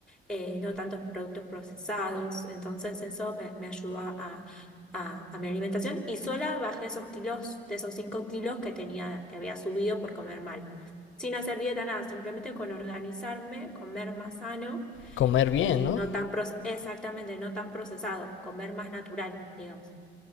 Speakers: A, in the centre; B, on the left.
A: eh, no tantos productos procesados. Entonces eso me, me ayudó a, a- a mi alimentación y sola bajé esos kilos, de esos 5 kilos que tenía, que había subido por comer mal. Sin hacer dieta, nada, simplemente con organizarme, comer más sano
B: Comer bien,
A: y
B: ¿no?
A: no tan, proce- exactamente, no tan procesado, comer más natural, digamos.